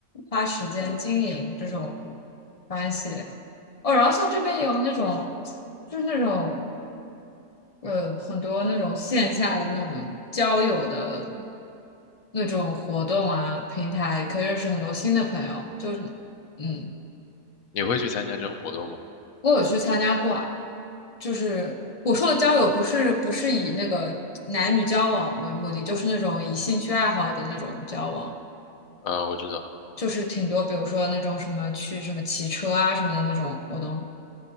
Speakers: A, on the left (about 45°); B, on the left (about 70°).
A: 花时间经营这种关系。哦，然后像这边有那种，就是那种。呃，很多那种线下的那种交友的那种活动啊，平台可以认识很多新的朋友。就是，嗯，
B: 你会去参加这种活动吗？
A: 我有去参加过啊，就是我说的交友不是不是以那个男女交往为目的，就是那种以兴趣爱好的那种交往，
B: 啊、我知道，
A: 就是挺多，比如说那种什么去什么骑车啊什么的那种活动。